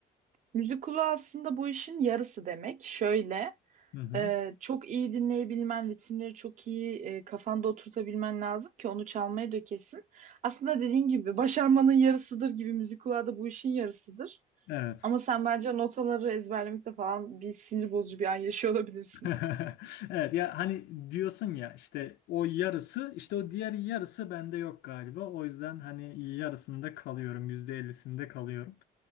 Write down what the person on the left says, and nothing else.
Hı hı.
Evet.
<laughs> Evet ya hani diyorsun ya işte o yarısı işte o diğer yarısı bende yok galiba. O yüzden hani yarısında kalıyorum. Yüzde ellisinde kalıyorum.